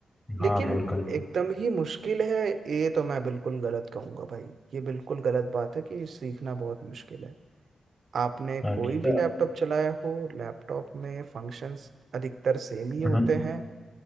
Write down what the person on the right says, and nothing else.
लेकिन
एकदम ही मुश्किल है ये तो मैं बिल्कुल गलत कहूंगा भाई ये बिल्कुल गलत बात है कि सीखना बहुत मुश्किल है आपने
कोई भी लैपटॉप चलाया हो लैपटॉप में फंक्शंस अधिकतर सेम ही होते
हैं